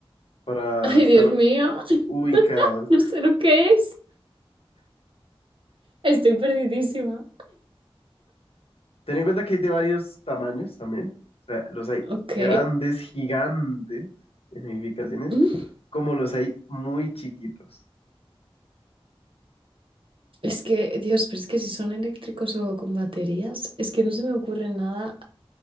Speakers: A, on the left (about 75°); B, on the right (about 60°).
A: Para
B: Ay,
A: estar
B: Dios mío, <laughs>
A: ubicados.
B: no sé lo que es. Estoy perdidísima.
A: Ten en cuenta que hay de varios tamaños también. O sea, los hay
B: Ok.
A: grandes, gigantes en edificaciones,
B: Mm.
A: como los hay muy chiquitos.
B: Es que, Dios, pero es que si son eléctricos o con baterías, es que no se me ocurre nada